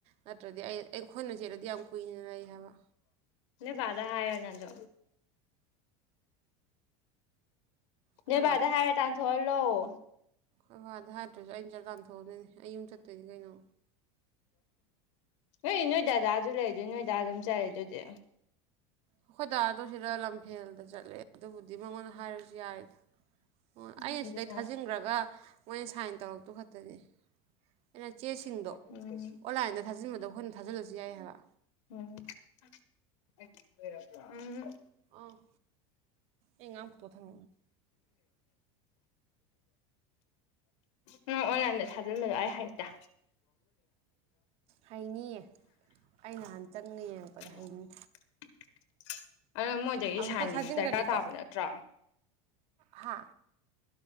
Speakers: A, on the right; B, on the left.
A: ꯅꯠꯇ꯭ꯔꯗꯤ ꯑꯩ ꯑꯩꯈꯣꯏꯅ ꯆꯦꯜꯂꯗꯤ ꯌꯥꯝ ꯀꯨꯏꯅ ꯂꯩ ꯍꯥꯏꯕ
B: ꯕꯥꯗꯥ ꯍꯥꯏ ꯅ <inaudible>
A: ꯑꯩꯈꯣꯏ
B: ꯎ ꯅꯣꯏ ꯕꯥꯗ ꯍꯥꯏꯔ ꯇꯥꯟꯊꯣꯛꯍꯜꯂꯣꯑꯣ
A: ꯑꯣ ꯑꯗꯨ ꯆꯔ ꯂꯥꯟꯊꯣꯛꯑꯅꯦ ꯑꯩ ꯌꯨꯝ ꯆꯠꯇꯣꯏꯅꯦ ꯀꯩꯅꯣ
B: ꯍꯣꯏ ꯅꯣꯏꯗꯥꯗꯥ ꯑꯗꯨ ꯂꯩꯗ ꯅꯣꯏꯗ ꯑꯗꯨꯝ ꯆꯔꯦ ꯑꯗꯨꯗꯤ
A: ꯑꯩꯈꯣꯏ ꯇꯗꯥ ꯑꯗꯨ ꯁꯤꯗ ꯂꯝꯐꯦꯜꯗ ꯆꯠꯂꯦ ꯑꯗꯨꯕꯨꯗꯤ ꯃꯉꯣꯟꯗ ꯍꯥꯏꯔꯁꯨ ꯌꯥꯔꯦꯗ ꯑꯣ ꯑꯩꯅ
B: ꯑꯗꯨꯅ
A: ꯁꯤꯗꯩ ꯊꯥꯖꯤꯟꯈ꯭ꯔꯒ ꯃꯣꯏꯅ ꯁꯥꯏꯟ ꯇꯧꯔꯛꯇꯨ ꯈꯛꯇꯅꯦ ꯑꯩꯅ ꯆꯦꯁꯤꯡꯗꯣ
B: ꯎꯝ
A: ꯑꯣꯟꯂꯥꯏꯟꯗ ꯊꯥꯖꯤꯟꯕꯗꯣ ꯑꯩꯈꯣꯏꯅ ꯊꯥꯖꯤꯜꯂꯁꯤ ꯌꯥꯏ ꯍꯥꯏꯔ
B: ꯎꯝ ꯎꯝ
A: ꯑꯣꯥ ꯑꯦꯉꯝ ꯄ꯭ꯔꯊꯝ
B: ꯅꯪ ꯑꯣꯟꯂꯥꯏꯟꯗ ꯊꯥꯖꯤꯟꯕꯗꯣ ꯑꯩ ꯍꯥꯏꯦꯛꯇ
A: ꯍꯩꯅꯤꯌꯦ ꯑꯩ ꯅꯍꯥꯟ ꯆꯪꯉ ꯌꯦꯡꯉꯛꯄꯗ ꯍꯩꯅꯤ
B: <inaudible> ꯑ ꯃꯣꯏꯗꯒꯤ
A: ꯑꯃꯨꯛꯈꯛ
B: ꯁꯥꯟꯅꯤꯗꯨ
A: ꯊꯥꯖꯤꯟꯈ꯭ꯔꯗꯤꯀꯣ
B: ꯗꯔꯀꯥꯔ ꯇꯥꯕ ꯅꯠꯇ꯭ꯔꯣ
A: ꯍꯥ